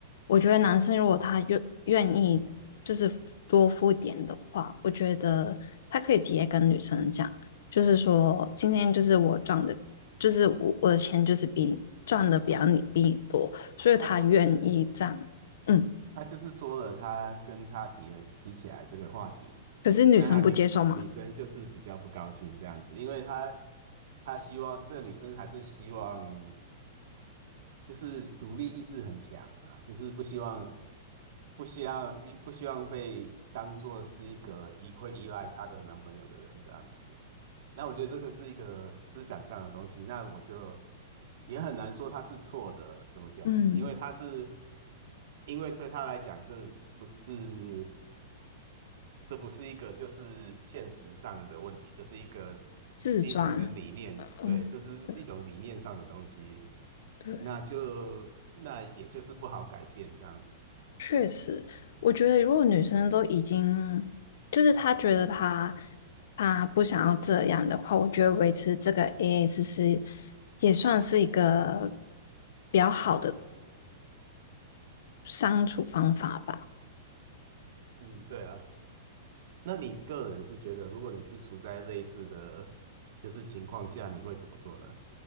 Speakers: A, on the left (about 70°); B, on the right (about 60°).
A: 我觉得男生如果他愿愿意就是多付点的话，我觉得他可以直接跟女生讲，就是说今天就是我赚的，就是我我的钱就是比你赚的比较你比你多，
B: 嗯，
A: 所以他愿意这样。
B: 他就是
A: 嗯，
B: 他就是说了，他跟他提了提起来这个话题，
A: 可是女生不接受嘛？
B: 那他女女生就是比较不高兴这样子，因为他他希望这个女生还是希望。就是独立意识很强啊，就是不希望不希望不不希望被当做是一个依会依赖她的男朋友的人这样子。那我觉得这个是一个思想上的东西，那我就也很难说他是错的，怎么讲？
A: 嗯，
B: 因为他是因为对他来讲，这不是这不是一个就是现实上的问题，这是一个
A: 自赚。
B: 精神跟理念，
A: 嗯，
B: 对，这是一种理念上的东西，
A: 对对。
B: 那就那也就是不好改变这样子。
A: 确实，我觉得如果女生都已经，就是她觉得她她不想要这样的话，我觉得维持这个 AA 制是也算是一个比较好的相处方法吧。
B: 嗯，对啊。那你个人是觉得，如果你是处在类似的就是情况下，你会怎么做呢？